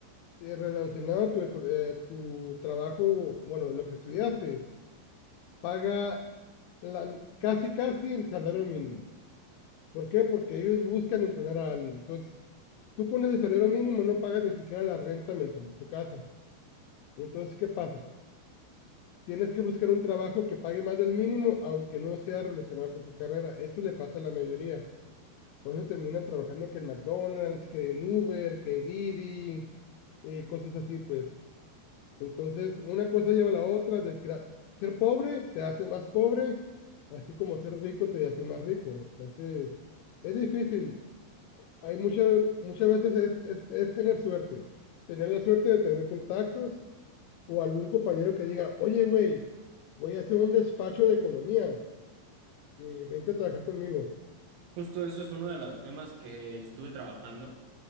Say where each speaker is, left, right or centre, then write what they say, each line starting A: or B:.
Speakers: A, on the left; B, on the right.
A: eh, relacionado a tu, eco- eh, tu trabajo, bueno, lo que estudiaste, paga la, casi, casi el salario mínimo. ¿Por qué? Porque ellos buscan entrenar a alguien. Entonces, tú con ese salario mínimo no pagas ni siquiera la renta mensual de tu casa. Entonces, ¿qué pasa? Tienes que buscar un trabajo que pague más del mínimo, aunque no sea relacionado con tu carrera. Eso le pasa a la mayoría. Por eso terminan trabajando que en McDonald's, que en Uber, que Didi, eh, cosas así, pues. Entonces, una cosa lleva a la otra. desgra- Ser pobre te hace más pobre, así como ser rico te hace más rico. Entonces, es difícil. Hay muchas, muchas veces es, es, es tener suerte. Tener la suerte de tener contactos o algún compañero que diga, oye, güey, voy a hacer un despacho de economía, eh, vente a trabajar conmigo.
B: Justo eso es uno de los temas que estuve trabajando,